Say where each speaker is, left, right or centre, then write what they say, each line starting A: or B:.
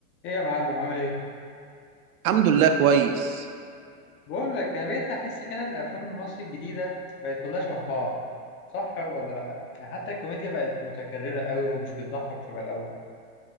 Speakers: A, on the left; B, on the right.
A: ايه يا معلم عامل ايه؟
B: الحمد لله كويس
A: بقول لك انا بقيت احس كده ان الافلام المصري الجديده بقت كلها شبه بعض صح ولا لا؟ يعني حتى الكوميديا بقت متكرره قوي ومش بتضحك شبه الاول